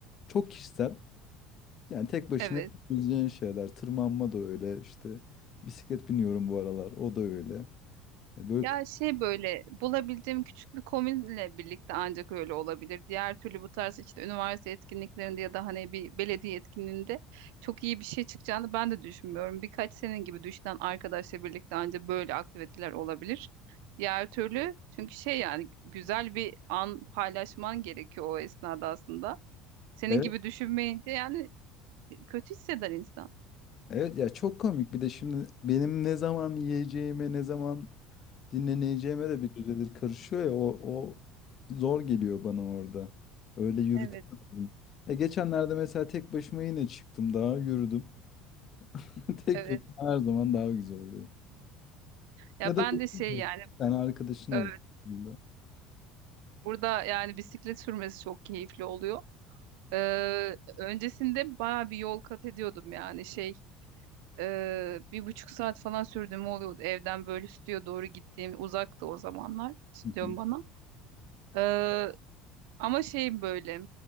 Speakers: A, on the left; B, on the right.
A: çok kişisel. Yani tek başına
B: Evet.
A: yapabileceğin şeyler. Tırmanma da öyle işte. Bisiklet biniyorum bu aralar. O da öyle. Ya Böyle
B: Ya
A: k-
B: şey böyle bulabildiğim küçük bir komünle birlikte ancak öyle olabilir. Diğer türlü bu tarz işte üniversite etkinliklerinde ya da hani bir belediye etkinliğinde çok iyi bir şey çıkacağını ben de düşünmüyorum. Birkaç senin gibi düşünen arkadaşla birlikte ancak böyle aktiviteler olabilir. Diğer türlü çünkü şey yani güzel bir an paylaşman gerekiyor o esnada aslında. Senin
A: evet,
B: gibi düşünmeyince yani kötü hisseder insan.
A: evet ya çok komik. Bir de şimdi benim ne zaman yiyeceğime, ne zaman dinleneceğime de bir düzedir karışıyor ya. O, o zor geliyor bana orada. Öyle yürütemedim.
B: Evet,
A: Ya geçenlerde mesela tek başıma yine çıktım daha yürüdüm. <laughs> Tek
B: evet.
A: başıma her zaman daha güzel oluyor.
B: Ya
A: Ya da
B: ben de şey yani
A: sen arkadaşın olur.
B: e,
A: Hı hı.
B: burada yani bisiklet sürmesi çok keyifli oluyor. Ee, öncesinde bayağı bir yol kat ediyordum yani şey e, bir buçuk saat falan sürdüğüm oluyordu evden böyle stüdyoya doğru gittiğim uzaktı o zamanlar stüdyom
A: Hı hı.
B: bana Ee, ama şey böyle